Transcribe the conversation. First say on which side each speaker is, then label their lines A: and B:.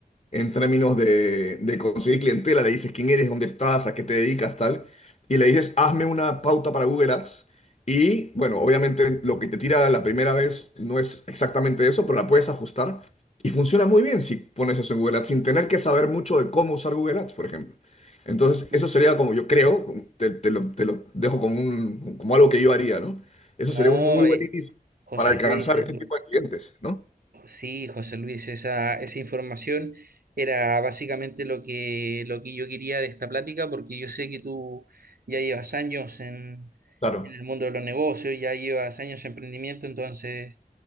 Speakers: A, on the left; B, on the right.
A: en términos de, de conseguir clientela, le dices quién eres, dónde estás, a qué te dedicas, tal, y le dices, hazme una pauta para Google Ads. Y bueno, obviamente lo que te tira la primera vez no es exactamente eso, pero la puedes ajustar. Y funciona muy bien si pones eso en Google Ads, sin tener que saber mucho de cómo usar Google Ads, por ejemplo. Entonces,
B: Mm,
A: eso sería como yo creo, te, te lo, te lo dejo como, un, como algo que yo haría, ¿no? Eso
B: No,
A: sería un muy
B: eh,
A: buen inicio
B: José
A: para alcanzar
B: Luis, eso-
A: ese tipo de clientes, ¿no?
B: sí, José Luis, esa, esa información era básicamente lo que, lo que yo quería de esta plática, porque yo sé que tú ya llevas años en,
A: Claro.
B: en el mundo de los negocios, ya llevas años en emprendimiento, entonces...